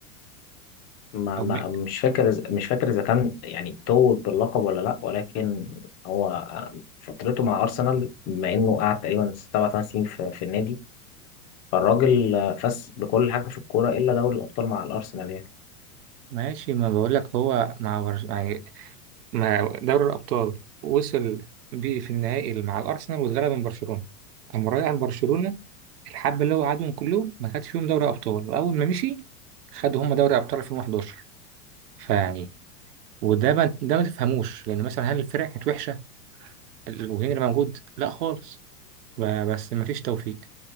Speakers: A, on the left; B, on the right.
A: ما
B: أو
A: ما
B: م-
A: مش فاكر إذا- مش فاكر إذا كان يعني توج باللقب ولا لأ ولكن هو آه، فترته مع أرسنال بما إنه قعد تقريبا سبع ثمان سنين في, في النادي فالراجل آه، فاز بكل حاجة في الكورة إلا دوري الأبطال مع الأرسنال يعني
B: ماشي ما بقول لك هو مع برش... يعني مع دوري الأبطال وصل بيه في النهائي مع الأرسنال واتغلب من برشلونة أما رايح برشلونة الحبة اللي هو قعدهم كلهم ما خدش فيهم دوري أبطال وأول ما مشي خدوا هم دوري أبطال 2011 فيعني وده ما... ده ما تفهموش لأن مثلا هل الفرق كانت وحشة وهنري موجود لا خالص ب- بس ما فيش توفيق